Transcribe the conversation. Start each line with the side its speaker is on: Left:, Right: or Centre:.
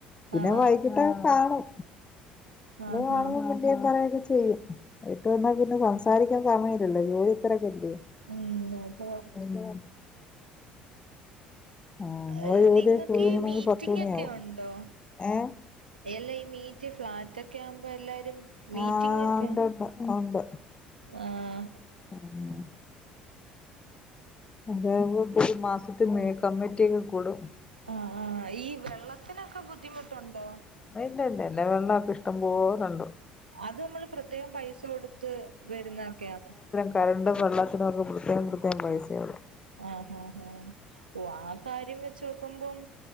Left: പിന്നെ
Right: ആഹ്
Left: വൈകിട്ട് ക്കെ കാണും പിന്നെ
Right: ആഹ്
Left: കാണുമ്പം
Right: ആഹ്
Left: മിണ്ടിയേം പറയൊക്കെ ചെയ്യും അട്ത്ത് വന്നാ പിന്നെ സംസാരി ഇരിക്കാൻ സമയ്ല്ലല്ലോ ജോലി തിരക്കെത്തി
Right: ഉം അതാ <unintelligible>
Left: <inaudible> ആഹ് നമ്മളെ
Right: അ
Left: ജോലിയൊക്കെ
Right: നിങ്ങക്ക്
Left: ഒതുങ്ങണെങ്കി
Right: ഈ മീറ്റിംങേക്കെഉ
Left: പത്ത് മണിയാവും
Right: ണ്ടോ
Left: ഏഹ്
Right: എല്ലാ ഈ മീറ്റ് ഫ്ലാറ്റ് ഒക്കെ ആവുമ്പ എല്ലാരും മീറ്റിങ്ങെക്കെ
Left: ആഹ് ഉണ്ട് ഉണ്ട് ഉണ്ട്
Right: ആഹ്
Left: <unintelligible> അതാ ഉമ്പോൾ ഇപ്പ ഒര് മാസത്തി മെ കമ്മിറ്റിക്കെ കൂടും
Right: ആഹ് ആഹ് ഈ വെള്ളത്തിനൊക്ക ബുദ്ധിമുട്ടൊണ്ടോ
Left: ഇല്ല ല്ല ല്ല വെള്ളമൊക്കെ ഇഷ്ടം പോലണ്ട്
Right: അത് മ്മൾ പ്രത്യേകം പൈസ കൊടുത്ത് വരുന്നതൊക്കെയാണ്
Left: കരണ്ടും വെള്ളത്തിനവർക്ക് പ്രത്യേം പ്രത്യകം പൈസയള്ളൂ
Right: ആഹഹാ ആാ ഓ ആ കാര്യം വെച്ച് നോക്കുമ്പോം